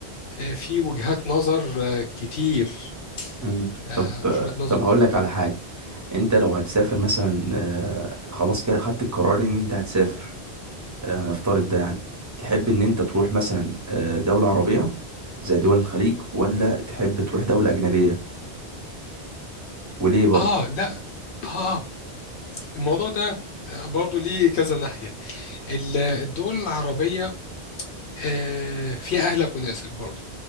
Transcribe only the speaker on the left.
آه، فيه وجهات نظر آه، كتير
آه،
مش وجهة نظر
واحدة
آه لا آه الموضوع ده آه، برضو ليه كذا ناحية ال- الدول العربية آه، فيها أهلك وناسك برضو